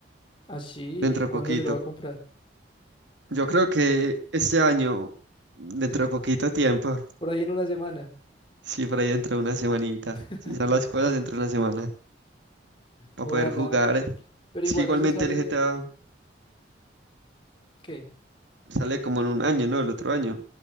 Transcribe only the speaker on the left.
Así,
¿cuándo
se lo va a comprar?
Por ahí en una semana.
<laughs>
Ojalá.
Pero
igual
eso sale,
¿qué?